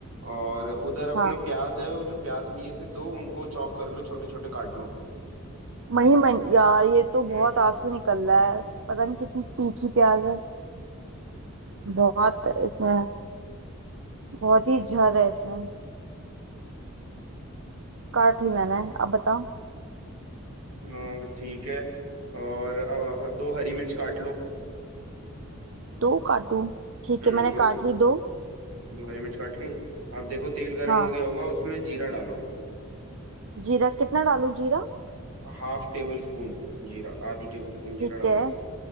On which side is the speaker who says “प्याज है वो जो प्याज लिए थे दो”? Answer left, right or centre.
Right